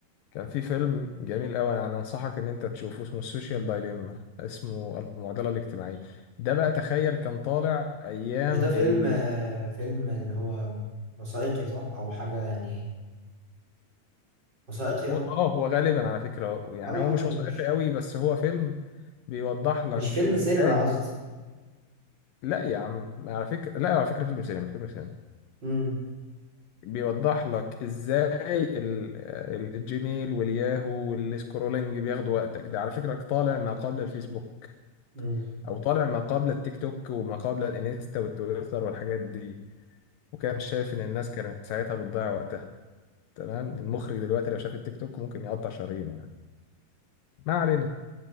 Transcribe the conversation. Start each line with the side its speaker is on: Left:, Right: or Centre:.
Left: كان في فيلم جميل قوي انا انصحك ان انت تشوفه اسمه السوشيال
Right: مم.
Left: دايليما اسمه المعضله الاجتماعيه ده بقى تخيل كان طالع ايام
Right: مش ده فيلم
Left: ال...
Right: آه، فيلم اللي هو وثائقي صح او حاجة يعني وثائقي اه
Left: اه هو غالبا على فكره يعني
Right: اه
Left: هو مش
Right: آه، مش
Left: وثائقي قوي بس هو فيلم بيوضح لك
Right: مش فيلم
Left: ازاي
Right: سينما قصدي
Left: لا يا عم على فكره لا على فكره فيلم سينما فيلم سينما
Right: امم
Left: بيوضح لك ازاي ال- ال- الجيميل والياهو والسكرولينج بياخدوا وقتك ده على فكرة طالع ما قبل الفيسبوك
Right: امم
Left: او طالع ما قبل التيك توك وما قبل الانستا والتويتر والحاجات دي وكان شايف ان الناس كانت ساعتها بتضيع وقتها تمام المخرج دلوقتي لو شاف التيك توك ممكن يقطع شرايينه يعني ما علينا